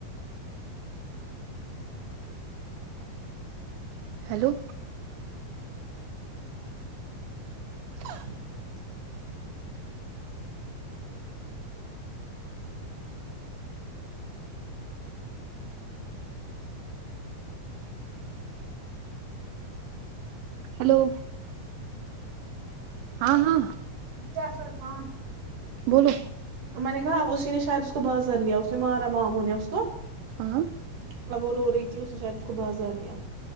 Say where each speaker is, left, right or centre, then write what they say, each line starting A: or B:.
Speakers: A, on the right; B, on the right.
A: ہیلو <inaudible> ہیلو ہاں ہاں
B: جاس فان <inaudible>
A: بولو
B: میں نے کہا اسی نے شاید اس کو بازر لیا اس نے مارا ماموں نے اس کو
A: ہاں
B: <inaudible> اب وہ رو رہی تھی اس نے شاید اس کو بازار لیا